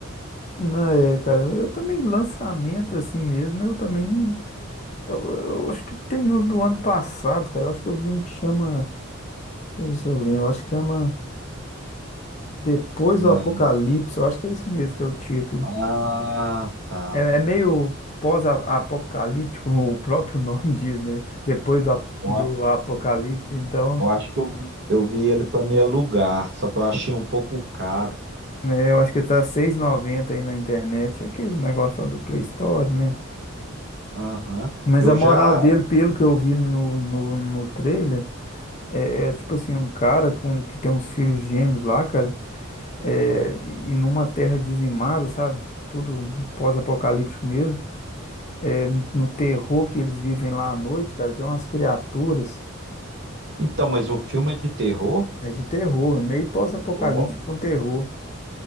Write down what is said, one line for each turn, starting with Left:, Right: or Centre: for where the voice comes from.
Left: Não, é, cara, eu também, lançamento assim mesmo, eu também não. Eu, eu acho que tem uns do ano passado, cara. Eu acho que eu vi um que chama. Deixa eu ver se eu lembro. eu acho que chama Depois
Right: né?
Left: do Apocalipse. Eu acho que é isso mesmo que é o título.
Right: Ah, tá.
Left: É, é meio pós-apocalíptico, <laughs> o próprio nome <laughs> diz, né? Depois do, a-
Right: Eu
Left: do apocalipse, então,
Right: Eu acho que eu vi, eu vi ele para me alugar, só que eu achei um pouco caro.
Left: né, eu acho que tá seis e noventa aí na internet, aqueles negócios lá do Play Store, né?
Right: Aham.
Left: Mas
Right: Eu
Left: a moral
Right: já.
Left: dele, pelo que eu vi no, no, no trailer, é, é tipo assim, um cara com que tem uns filhos gêmeos lá, cara, é, e numa terra dizimada, sabe? Tudo pós-apocalíptico mesmo. É, no no terror que eles vivem lá à noite, cara, tem umas criaturas.
Right: Então, mas o filme é de terror?
Left: É de terror, é meio pós-apocalíptico
Right: Ó,
Left: com terror.